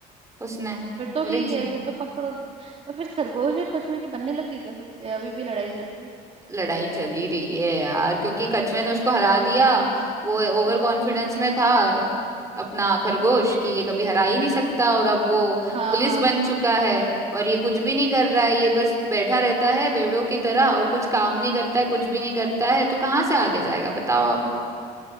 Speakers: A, on the right (about 20°); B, on the right (about 40°).
A: उसने
B: फिर तो
A: बोले
B: ठीक
A: "च-
B: है फिर तो पकड़ो और फिर खरगोश और कछुए की बनने लग गई क्या फिर से अभी भी लड़ाई चल रही
A: लड़ाई चली रही है यार क्योंकि कछुए ने उसको हरा दिया वो ओवर
B: हम्म
A: कॉन्फिडेंस में था अपना खरगोश कि ये कभी हरा ही नहीं सकता और अब वो
B: हाँ
A: पुलिस
B: हाँ
A: बन चुका है और ये कुछ भी नहीं कर रहा है ये बस बैठा रहता है बेवड़ों की तरह और कुछ काम नहीं करता है कुछ भी नहीं करता है तो कहाँ से आगे जाएगा बताओ आप